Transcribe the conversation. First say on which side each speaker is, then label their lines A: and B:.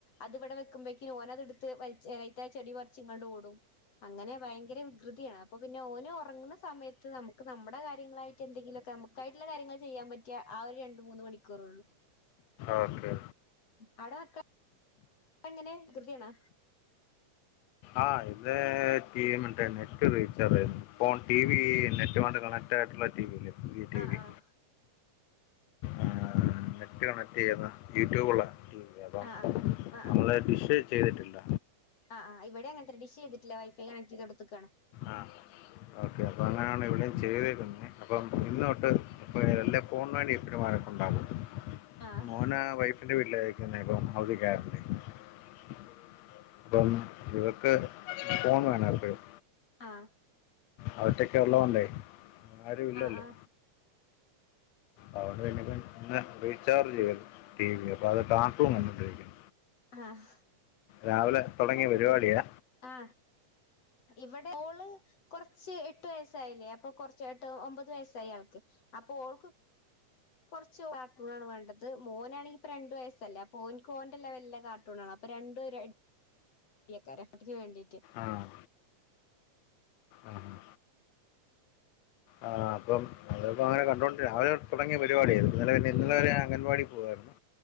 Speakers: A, on the left (about 45°); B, on the left (about 80°).
A: അതിവിടെ വെക്കുമ്പോക്കി ഓന് അതെടുത്ത് വലിച് അയ്തേ ചെടി പറിച്ചിങ്ങാണ്ട് ഓടും അങ്ങനെ ഭയങ്കര വികൃതിയാണ് അപ്പൊ പിന്നെ ഓന് ഉറങ്ങുന്ന സമയത്ത് നമ്മക്ക് നമ്മടെ കാര്യങ്ങളായി യിട്ട് എന്തങ്കിലുമൊക്കെ നമ്മുക്കായിട്ടുള്ള കാര്യങ്ങൾ ചെയ്യാൻ പറ്റിയ ആ ഒരു രണ്ട് മൂന്ന് മണിക്കൂറേ ഉള്ളൂ
B: ഓക്കെ
A: <unintelligible> എങ്ങനെ വികൃതിയണാ
B: ആഹ് <unintelligible> നെറ്റ് റീചാർജ് ആയിണ്ട് ഇപ്പൊ ടി വി നെറ്റ് കൊണ്ട് കണക്ട് ആയിട്ടുള്ള ടി വി ല്ലേ പുതിയ ടിവി
A: ആഹ് ആഹ്
B: ആഹ് നെറ്റ് കണക്ട് ചെയ്യുന്ന യൂട്യൂബ് ഉള്ള യേപം
A: ആഹ് ആഹ് ആഹ്
B: നമ്മള് ഡിഷ് ചെയ്തിട്ടില്ല
A: ആഹ് ആഹ് ഇവിടെ അങ്ങന ത്തന്നെ ഡിഷ്‌യ്തിട്ടില്ല വൈഫൈ കണക്ട്യ്ത് കൊടുത്ത്ക്കാണ്
B: ആഹ് ഓക്കെ അപ്പൊ അങ്ങനെയാണ് ഇവിടെയും ചെയ്തേക്കുന്നേ അപ്പം ഇന്ന് തൊട്ട് അപ്പൊ എല്ലാം ഫോണ്ന് വേണ്ടി വഴക്കുണ്ടക്കുന്നെ
A: ആഹ്
B: മോന് വൈ വൈഫിന്റെ വീട്ടില നികുന്നെ <unintelligible> അപ്പം ഇവക്ക് ഫോൺ വേണ എപ്പേഴും
A: ആഹ്
B: അവറ്റൊക്കെ ഉള്ളണ്ടേ ആരും ഇല്ലല്ലോ
A: ആഹ് ആഹ്
B: <unintelligible> റീചാർജ് ചെയ്യാ ടി വി അപ്പൊ അത് കാർട്ടൂൺ കണ്ടിട്ടിരിക്കാണ്
A: ആഹ്
B: രാവിലെ തുടങ്ങിയ
A: ഇവ
B: പരിപാടിയാ
A: ആഹ് ഇവിടെ ഓള് കുറച്ച് എട്ട് വയസ്സായില്ലേ അപ്പൊ കൊറച്ച് എട്ട് ഒമ്പത് വയസ്സായി ആൾക്ക് അപ്പൊ ഓൾക് കുറച്ച് കാർട്ടൂണാണ് വേണ്ടത് മോനാണെങ്കി ഇപ്പൊ രണ്ട് വയസ്സല്ലേ അപ്പൊ ഓൻക്ക് ഓന്റെ ലെവൽലെ കാർ ട്ടൂണാണ് അപ്പൊ രണ്ടും അടിയേകാരം <unintelligible> വേണ്ടിട്ട്
B: ആഹ് ആഹ് ആഹ് ആഹ് അപ്പം നമ്മളിപ്പോ അങ്ങനെ കണ്ടുകൊണ്ട്ക്ക രാവിലെതൊട്ട് തുടങ്ങിയ പരിപാടിയായിത് ഇന്നലെ പിന്നെ ഇന്നലെ
A: ഉം
B: വരെ അംഗൻവാടി പോവായിരുന്നു